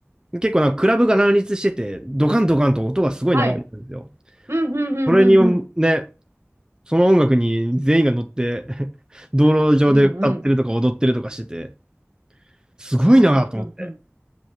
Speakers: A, on the right; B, on the right.
A: う、結構なんかクラブが乱立してて、ドカンドカンと音がすごい流れてるんですよ。
B: はい。うん。うん。うん。
A: それに、
B: うん。うん。
A: ね、その音楽に全員が乗って、<laughs> 道路上で歌ってるとか踊ってるとかしてて、
B: うん。うん。
A: すごいなと思って。
B: 確かに。うんうん。